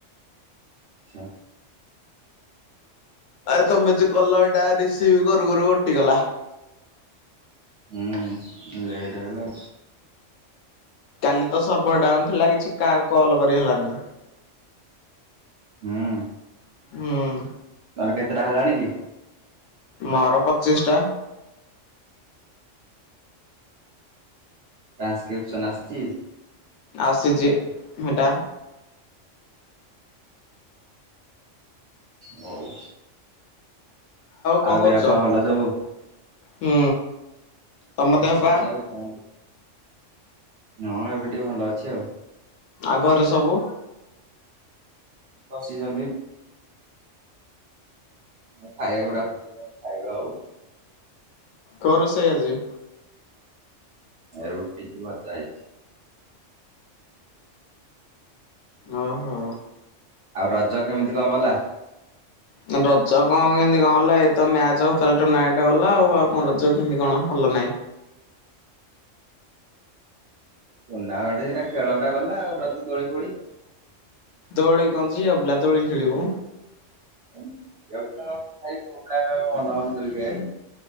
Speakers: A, on the right; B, on the left.
A: ଆଚ୍ଛା
B: ଆରେ ତମେ ଯେ କଲ ଏଇଟା ରିସିଭ କରୁ କରୁ କଟିଗଲା।
A: ହୁଁ ଉଁ ଲେଟ ହେଲା।
B: କାଲି ତ ସର୍ଭର ଡାଉନ ଥିଲା କିଛି କାହାକୁ କଲ କରି ହେଲାନି।
A: ହୁଁ।
B: ହୁଁ।
A: ତାର କେତେଟା ହେଲାଣି କି?
B: ମୋର ପଚିଶଟା।
A: ଟ୍ରାନ୍ସକ୍ରିପ୍ସନ୍ ଆସଚି?
B: ଆସିଚି ହେଇଟା।
A: ହଉ,
B: କଣ
A: ଆଉ
B: କରୁଛ?
A: ଦେହ ପା ଭଲ ସବୁ?
B: ହୁଁ। ତମ
A: ବସିଚି
B: ଦେହ ପା
A: ଆଉ କଣ ଯେ? ହଁ ଏବେ ଟିକେ ଭଲ ଅଛି ଆଉ।
B: ଆଉ ଘରେ ସବୁ?
A: ବସିଚନ୍ତି? ଆଉ ଖାଇବାକୁ ଡାକୁଚନ୍ତି ଆମେ ଖାଇବା ଆଉ।
B: କଣ ରୋଷେଇ ଆଜି?
A: ରୁଟି କି ଭଜା ହେଇଛି।
B: ଓହୋ।
A: ରଜ କେମିତି କଣ ଗଲା?
B: ରଜ କଣ କେମତି କଣ ହେଲା ଏଇତ ମ୍ୟାଚ ହଉଥିଲା ଟୁର୍ଣ୍ଣାମେଣ୍ଟ ଗଲା ଆଉ, ଆଉ କଣ ରଜ କେମିତି କଣ ଭଲ ଭଲ ନାହିଁ।
A: ଟୁର୍ଣ୍ଣାମେଣ୍ଟ ସେଟା ଖେଳଟା ଗଲା ଆଉ ବାକି ଦୋଳି ଫୋଳି
B: ଦୋଳି କଣ, ଝିଅ ପିଲା ଦୋଳି ଖେଳିବୁ?
A: ଝିପିଲାଙ୍କର ଖାଲି ପୁଅ ପିଲାଙ୍କର କଣ ମନ ହେଉନି ଦୋଳି ଖେଳିବାକୁ।